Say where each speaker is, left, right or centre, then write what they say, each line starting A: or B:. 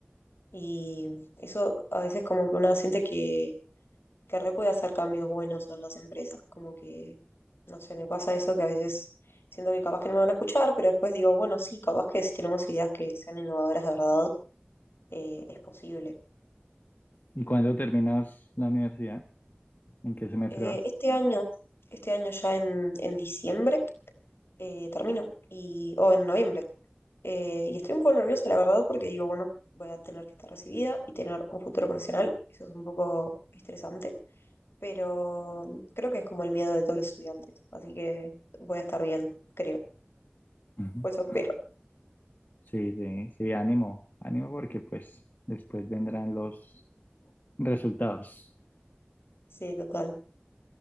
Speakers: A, on the left; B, on the left.
A: y eso a veces como que uno siente que, que re puede hacer cambios buenos en las empresas, como que, no sé, me pasa eso que a veces siento que capaz que no me van a escuchar, pero después digo, bueno, sí, capaz que si tenemos ideas que sean innovadoras de verdad, eh, es posible.
B: ¿Y cuándo terminas la universidad? ¿En qué semestre
A: Eh,
B: vas?
A: este año, este año ya en, en diciembre eh, termino, y, o en noviembre, Eh, y estoy un poco nerviosa, la verdad, porque digo, bueno, voy a tener que estar recibida y tener un futuro profesional. Eso es un poco estresante, pero creo que es como el miedo de todos los estudiantes. Así que voy a estar bien, creo.
B: Ujú.
A: Pues eso espero.
B: Sí, sí, sí, ánimo, ánimo porque pues después vendrán los resultados.
A: Sí, total.